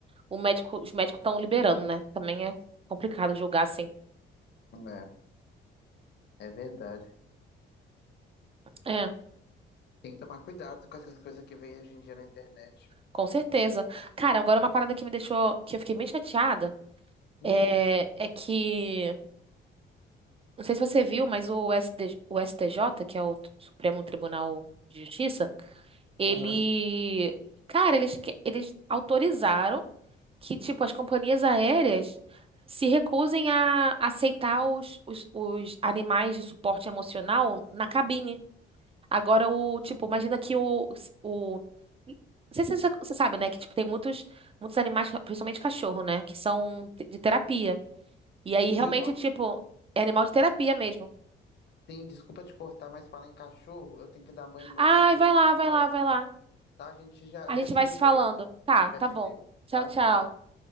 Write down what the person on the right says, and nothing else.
o médico, os médicos estão liberando, né? Também é complicado julgar assim.
É,
com certeza. Cara, agora uma parada que me deixou, que eu fiquei bem chateada,
é, é que Não sei se você viu, mas o SD o STJ, que é o Supremo Tribunal de Justiça, ele,
cara, eles, que- eles autorizaram que, tipo, as companhias aéreas se recusem a aceitar os, os, os animais de suporte emocional na cabine. Agora, o, tipo, imagina que o, o não sei se você, já- você sabe, né? Que, tipo, tem muitos, muitos animais, principalmente cachorro, né? Que são de terapia. E aí, realmente,
tipo, é animal de terapia mesmo.
Ai,
vai lá,
vai
lá,
vai lá.
A
gente
vai
se falando.
Tá,
tá
bom.
Tchau,
tchau.